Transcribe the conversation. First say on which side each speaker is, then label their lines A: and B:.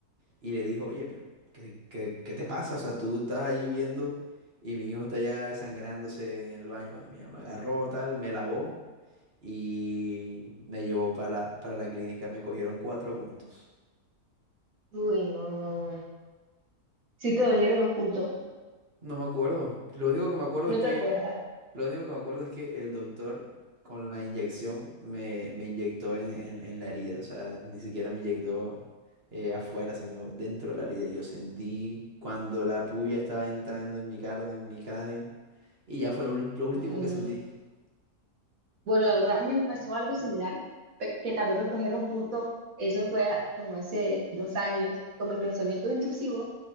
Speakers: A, on the right; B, on the right.
A: y le dijo, oye, pero ¿qué, qué- qué te pasa? O sea, tú estás ahí viendo y mi hijo está ya desangrándose en el baño. Bueno, mi mamá agarró tal, me lavó y me llevó para, para la clínica. Me cogieron cuatro puntos.
B: Uy, no, no, no. Sí te dolieron los puntos.
A: No me acuerdo. Lo único que me acuerdo
B: No
A: es que,
B: te acuerdas.
A: lo único que me acuerdo es que el doctor con la inyección me, me inyectó en, en- en la herida. O sea, ni siquiera me inyectó eh, afuera, sino dentro de la herida. Y yo sentí cuando la puya estaba entrando en mi carne, en mi cráneo. Y ya fue lo, ul- lo último
B: Ay,
A: que
B: no.
A: sentí.
B: Bueno, la verdad, a mí me pasó algo similar, pe- que también me cogieron puntos. Eso fue a- como hace dos años, con mis pensamientos intrusivos.